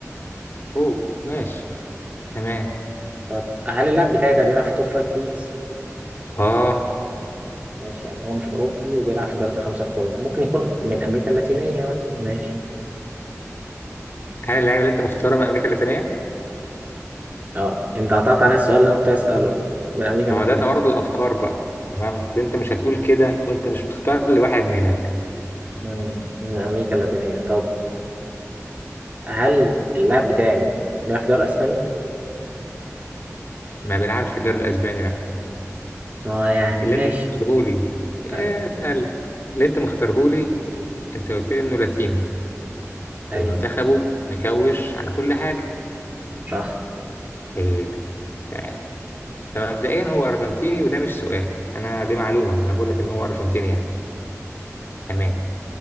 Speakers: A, on the left; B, on the right.
A: أوه ماشي تمام
B: طب هل اللاعب بتاعي ده بيلعب في توب فايف ليجز
A: آه
B: ماشي يعني هو مش اوروبي وبيلعب في الدوريات الخمسة الكبرى ممكن يكون من امريكا اللاتينية مثلا ماشي
A: هل اللاعب اللي أنت مختاره من أمريكا اللاتينية؟
B: اه انت قطعت على السؤال اللي انا كنت عايز اساله من امريكا
A: ما
B: اللاتينية
A: هو ده توارد الأفكار بقى تمام أصل أنت مش هتقول كده وأنت مش مختار لواحد من هنا
B: مم. من أمريكا اللاتينية طب هل اللاعب بتاعي بيلعب في الدوري الأسباني؟
A: ما بيلعبش في الدوري الاسباني لا
B: ما يعني
A: اللي
B: ماشي
A: انت مختارهولي
B: أيوه
A: يا اتقل اللي انت مختارهولي انت قلت لي انه لاتيني
B: أيوه
A: ومنتخبه مكوش على كل حاجه
B: صح
A: حلو تمام فمبدئيا هو ارجنتيني وده مش سؤال انا دي معلومه انا بقول لك ان هو ارجنتيني يعني تمام